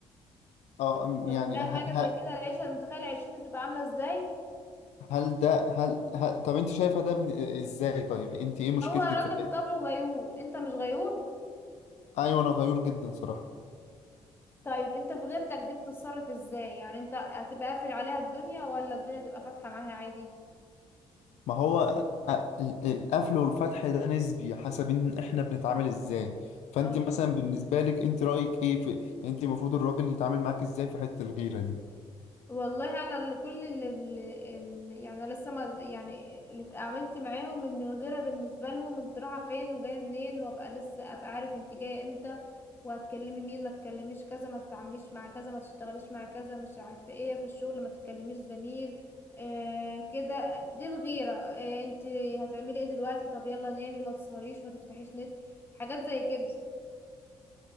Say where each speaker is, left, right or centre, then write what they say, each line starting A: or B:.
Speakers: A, on the left; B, on the left.
A: اه أم،
B: انت متخيل
A: يعني ه...
B: حاجة
A: ه...
B: زي كده العيشة متخيل عيشتها تبقى عاملة ازاي
A: هل ده هل, هل... طب انت شايفة ده من... ازاي طيب انت ايه مشكلتك
B: هو راجل
A: في ده
B: طبعه غيور انت مش غيور
A: ايوه انا غيور جدا صراحة
B: طيب انت في غيرتك دي بتتصرف ازاي يعني انت هتبقى قافل عليها الدنيا ولا الدنيا تبقى فاتحة معاها عادي
A: ما هو ال- ال- القفل والفتح ده نسبي حسب ان احنا بنتعامل ازاي فانت
B: اه
A: مثلا بالنسبه لك انت رايك ايه في يعني انت المفروض الراجل يتعامل معاك ازاي في حته الغيره دي
B: والله انا اللي كل اللي, اللي يعني أنا لسه ما يعني اللي اتعاملت معاهم ان الغيره بالنسبه لهم انت رايحه فين وجايه منين وابقى لسه ابقى عارف انت جايه امتى وهتكلمي مين ما تكلميش كذا ما تتعامليش مع كذا ما تشتغليش مع كذا مش عارفه ايه في الشغل ما تكلميش زميل آه كده دي الغيره آه انت هتعملي ايه دلوقتي طب يلا نامي ما تسهريش ما تفتحيش نت حاجات زي كده